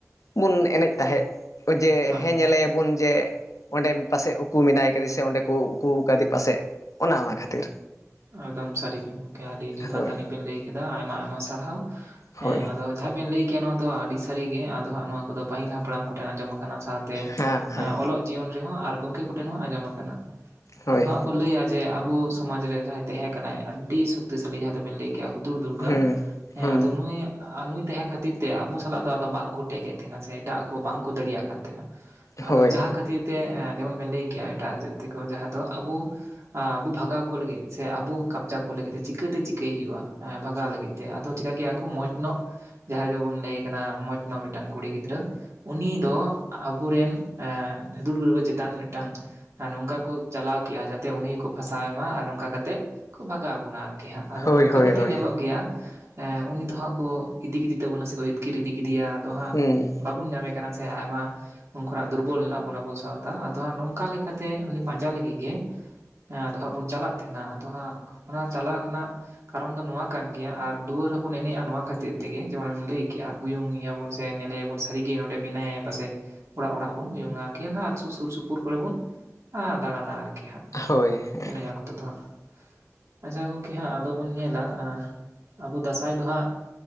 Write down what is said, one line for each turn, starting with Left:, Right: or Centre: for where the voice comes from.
Left: ᱵᱚᱱ ᱮᱱᱮᱡ ᱛᱟᱦᱮᱸᱫ ᱡᱮ
Right: ᱦᱳᱭ
Left: ᱦᱮᱸ
Right: ᱦᱳᱭ
Left: ᱧᱮᱞᱮᱭᱟᱵᱚᱱ ᱡᱮ ᱚᱸᱰᱮ ᱯᱟᱥᱮᱡ ᱩᱠᱩ ᱢᱮᱱᱟᱭ ᱟᱠᱟᱫᱮ ᱥᱮ ᱚᱸᱰᱮ ᱠᱚ ᱩᱠᱩ ᱟᱠᱟᱫᱮ ᱯᱟᱥᱮᱡ ᱚᱱᱟ ᱚᱱᱟ ᱠᱷᱟᱹᱛᱤᱨ
Right: ᱮᱠᱫᱚᱢ ᱥᱟᱹᱨᱤ ᱜᱤ ᱜᱚᱝᱠᱮ ᱟᱹᱰᱤ ᱡᱚᱛᱷᱟᱛ
Left: ᱦᱳᱭ
Right: ᱟᱹᱱᱤᱡ ᱵᱮᱤᱱ ᱞᱟᱹᱭ ᱠᱮᱫᱟ ᱟᱭᱢᱟ ᱟᱭᱢᱟ ᱥᱟᱨᱦᱟᱣ ᱦᱮᱸ
Left: ᱦᱳᱭ
Right: ᱟᱫᱚ ᱡᱟᱦᱟᱸ ᱵᱮᱱ ᱞᱟᱹᱭ ᱠᱮᱭᱟ ᱱᱚᱣᱟ ᱫᱚ ᱟᱹᱰᱤ ᱥᱟᱹᱨᱤᱜᱮ ᱟᱫᱚ ᱦᱟᱸᱜ ᱱᱚᱣᱟ ᱠᱚᱫᱚ ᱯᱟᱹᱤᱞ ᱦᱟᱯᱲᱟᱢ ᱠᱚᱴᱷᱮᱱ ᱟᱸᱡᱚᱢ ᱟᱠᱟᱱᱟ ᱥᱟᱛ
Left: ᱦᱮᱸ ᱦᱮᱸ
Right: ᱚᱞᱚᱜ ᱡᱤᱭᱚᱱ ᱨᱮᱦᱚᱸ ᱟᱨ ᱜᱚᱝᱠᱮ ᱠᱚᱴᱷᱮᱱ ᱦᱚᱸ ᱟᱸᱡᱚᱢ ᱟᱠᱟᱱᱟ
Left: ᱦᱳᱭ
Right: ᱟᱫᱚ ᱦᱜ ᱠᱚ ᱞᱟᱹᱭᱟ ᱡᱮ ᱟᱵᱚ ᱥᱚᱢᱟᱡᱽ ᱨᱮ ᱡᱟᱦᱟᱸᱭ ᱛᱟᱦᱮᱸ ᱠᱟᱱᱟᱭ ᱟᱹᱰᱤ ᱥᱚᱠᱛᱤᱥᱟᱞᱞᱤ ᱡᱟᱦᱟᱸ ᱫᱚᱵᱮᱱ ᱞᱟᱹᱭ ᱦᱩᱫᱩᱨ ᱫᱩᱨᱜᱟ
Left: ᱦᱩᱸ
Right: ᱦᱮᱸ
Left: ᱦᱩᱸ
Right: ᱟᱫᱚ ᱱᱩᱭ ᱱᱩᱭ ᱛᱟᱦᱮᱸ ᱠᱷᱟᱹᱛᱤᱨ ᱛᱮ ᱟᱵᱚ ᱥᱟᱞᱟᱜ ᱫᱚ ᱟᱫᱚ ᱵᱟᱝᱠᱚ ᱴᱮᱠ ᱮᱫ ᱛᱟᱦᱮᱸᱱᱟ ᱥᱮ ᱮᱴᱟᱜ ᱠᱚ ᱵᱟᱝᱠᱚ ᱫᱟᱲᱮᱭᱟᱜ ᱠᱟᱱ ᱛᱟᱦᱮᱸᱱᱟ ᱟᱫᱚ
Left: ᱦᱳᱭ
Right: ᱡᱟᱦᱟᱸ ᱠᱷᱟᱹᱛᱤᱨ ᱛᱮ ᱡᱮᱢᱚᱱ ᱵᱮᱱ ᱞᱟᱹᱭ ᱠᱮᱭᱟ ᱮᱴᱟᱜ ᱡᱟᱛᱤ ᱠᱚ ᱡᱟᱦᱟᱸ ᱫᱚ ᱟᱵᱚ ᱟᱵᱚ ᱵᱷᱟᱜᱟᱣᱚ ᱞᱟᱹᱜᱤᱫ ᱥᱮ ᱟᱵᱚ ᱠᱟᱵᱽᱡᱟ ᱠᱚ ᱞᱟᱹᱜᱤᱫ ᱛᱮ ᱪᱤᱠᱟᱹᱛᱮ ᱪᱤᱠᱟᱹᱭ ᱦᱩᱭᱩᱜᱼᱟ ᱵᱷᱟᱜᱟᱣ ᱞᱟᱹᱜᱤᱫ ᱛᱮ ᱟᱫᱚ ᱪᱮᱟᱹ ᱠᱮᱭᱟᱚ ᱢᱚᱸᱡᱽ ᱧᱚᱜ ᱡᱟᱦᱟᱸᱭ ᱫᱚᱵᱚᱱ ᱞᱟᱹᱭ ᱠᱟᱱᱟ ᱢᱚᱡᱽ ᱫᱚ ᱢᱤᱫᱴᱟᱝ ᱠᱩᱲᱤ ᱜᱤᱫᱽᱨᱟᱹ ᱩᱱᱤ ᱫᱚ ᱟᱵᱚᱨᱮᱱ ᱮᱦ ᱦᱩᱫᱷᱩᱲᱜᱟ ᱠᱚ ᱪᱮᱛᱟᱱ ᱢᱤᱫᱴᱟᱝ ᱟᱨ ᱱᱚᱝᱠᱟ ᱠᱚ ᱪᱟᱞᱟᱣ ᱠᱮᱫᱼᱟ ᱡᱟᱛᱮ ᱩᱱᱤ ᱜᱮᱠᱚ ᱯᱷᱟᱥᱟᱣ ᱢᱟ ᱟᱨ ᱱᱚᱝᱠᱟ ᱠᱟᱛᱮ ᱛᱮᱜ ᱠᱚ ᱵᱷᱟᱜᱟᱣ ᱵᱚᱱᱟ ᱟᱨᱠᱤ ᱦᱟᱸᱜ ᱟᱫᱚ
Left: ᱦᱳᱭ
Right: ᱱᱚᱝᱠᱟ
Left: ᱦᱳᱭ
Right: ᱠᱟᱛᱮᱜ
Left: ᱦᱳᱭ
Right: ᱧᱮᱞᱚᱜ ᱜᱮᱭᱟ ᱩᱱᱤ ᱫᱚ ᱦᱟᱸᱜ ᱠᱚ ᱤᱫᱤ ᱠᱮᱫᱤ ᱛᱟᱵᱚᱱᱟ ᱥᱮ ᱛᱠᱤᱨ ᱤᱫᱤ ᱠᱮᱫᱮᱭᱟ ᱟᱫᱚ ᱦᱟᱸᱜ
Left: ᱦᱩᱸ
Right: ᱵᱟᱵᱚᱱ ᱧᱟᱢᱮ ᱠᱟᱱᱟ ᱥᱮ ᱟᱭᱢᱟ ᱩᱱ ᱠᱷᱚᱱᱟᱜ ᱫᱩᱨᱵᱚᱞᱱᱟ ᱵᱚᱱ ᱟᱵᱚ ᱥᱟᱶᱛᱟ ᱟᱫᱚ ᱱᱚᱝᱠᱟ ᱞᱮᱠᱟᱛᱮ ᱩᱱᱤ ᱯᱟᱸᱡᱟ ᱞᱟᱹᱜᱤᱫ ᱜᱮ ᱦᱮᱸ ᱟᱫᱚ ᱦᱟᱸᱜ ᱵᱚᱱ ᱪᱟᱞᱟᱜ ᱛᱟᱦᱮᱱᱟ ᱟᱫᱚ ᱦᱟᱸᱜ ᱚᱱᱟ ᱪᱟᱞᱟᱜ ᱨᱮᱱᱟᱜ ᱠᱟᱨᱚᱱ ᱫᱚ ᱱᱚᱣᱟ ᱠᱟᱱ ᱜᱮᱭᱟ ᱟᱨ ᱫᱩᱣᱟᱹᱨ ᱦᱚᱸᱵᱚᱱ ᱮᱱᱮᱡᱼᱟ ᱱᱚᱣᱟ ᱠᱷᱟᱹᱛᱤᱨ ᱛᱤᱜᱤ ᱡᱮᱢᱚᱱᱮᱢ ᱞᱟᱹᱭ ᱠᱮᱜᱼᱟ ᱩᱭᱩᱝ ᱮᱭᱟᱵᱚᱱ ᱥᱮ ᱧᱮᱞᱮᱭᱟᱵᱚᱱ ᱥᱟᱹᱨᱤᱜᱮ ᱱᱚᱸᱰᱮ ᱢᱮᱱᱟᱭᱟ ᱯᱟᱥᱮᱡ ᱚᱲᱟᱜ ᱚᱲᱟᱜ ᱵᱚᱱ ᱩᱭᱩᱝᱟ ᱟᱨᱠᱤ ᱚᱱᱟ ᱥᱩᱨ ᱥᱩᱨ ᱥᱩᱯᱩᱨ ᱠᱚᱨᱮ ᱵᱚᱱ ᱫᱟᱬᱟᱱᱟ ᱟᱨᱠᱤ ᱦᱟᱸᱜ
Left: ᱦᱳᱭ ᱦᱮ
Right: ᱚᱠᱛᱚ ᱫᱚ ᱦᱟᱸᱜ ᱟᱪᱪᱷᱟ ᱜᱚᱝᱠᱮ ᱦᱟᱸᱜ ᱟᱫᱚ ᱵᱚᱱ ᱧᱮᱞᱟ ᱟᱵᱚ ᱫᱟᱸᱥᱭ ᱫᱚ ᱦᱟᱸᱜ